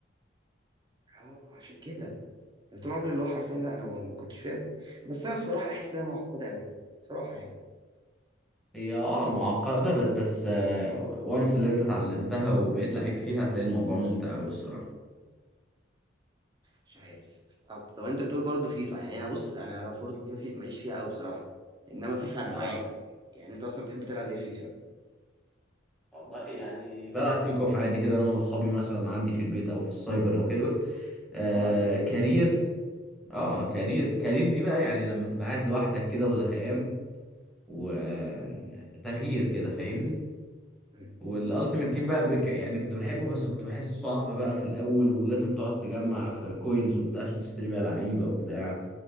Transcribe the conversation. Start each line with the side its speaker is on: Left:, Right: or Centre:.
Right: اه عشان كده أنا طول عمري اللي هو حرفيا لا انا ما ما كنتش فاهم بس انا بصراحه بحس انها معقده قوي بصراحه يعني
Centre: هي اه معقدة ب- بس وانس اللي انت اتعلمتها وبقيت لعيب فيها هتلاقي الموضوع ممتع أوي الصراحة
Right: مش عارف طب طب انت بتقول برضه فيفا يعني انا بص انا فورتنايت دي مفي- ماليش فيها قوي بصراحه انما فيفا انا
Centre: اه
Right: معاك يعني انت اصلا بتحب تلعب ايه في فيفا
Centre: والله يعني بلعب كيك اوف عادي كده انا واصحابي مثلا عندي في البيت او في السايبر او كده آه
Right: اه الاساسي
Centre: كارير اه كارير كارير دي بقى يعني لما تبقى قاعد لوحدك كده وزهقان وتغيير كده فاهمني
Right: مم.
Centre: والالتيميت تيم بقى بك... يعني كنت بحبه بس كنت بحسه صعب بقى في الاول ولازم تقعد تجمع في كوينز وبتاع عشان تشتري بيها لعيبة وبتاع